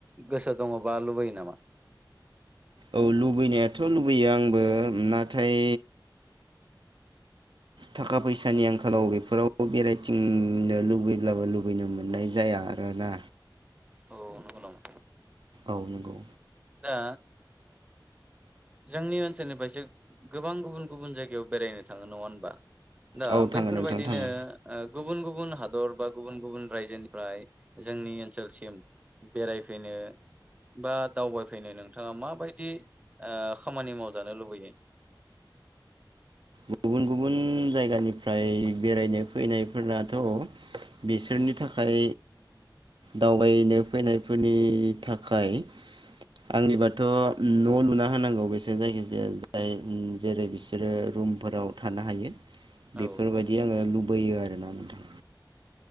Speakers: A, on the right (about 15°); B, on the right (about 75°).
A: गोसो दङ बा लुबैयो नामा?
B: औ लुबैनायाथ' लुबैयो आंबो नाथाय थाखा फैसानि आंखालाव बेफोराव बेरायथिंनो लुबैब्लाबो लुबैनो मोननाय जाया आरोना
A: औ नंगौ नामा
B: औ नंगौ
A: दा जोंनि ओनसोलनिफ्रायसो गोबां गुबुन गुबुन जायगायाव बेरायनो थाङो नङा होनबा दा
B: औ थाङो
A: बैफोरबायदिनो
B: नोंथां थाङो
A: गुबुन गुबुन गुबुन हादर बा गुबुन गुबुन रायजोनिफ्राय जोंनि ओनसोलसिम बेरायफैनो बा दावबायफैनो नोंथाङा माबायदि खामानि मावजानो लुबैयो
B: गुबुन गुबुन जायगानिफ्राय बेरायनो फैनायफोराथ' बिसोरनि थाखाय दावबायनो फैनायफोरनि थाखाय आंनिबाथ' न' लुना होनांगौ बिसोर जायखिजाया जाय जेरै बिसोरो रुम फोराव थानो हायो
A: औ
B: बेफोरबायदि
A: नंगौ
B: आङो लुबैयो आरो ना नोथां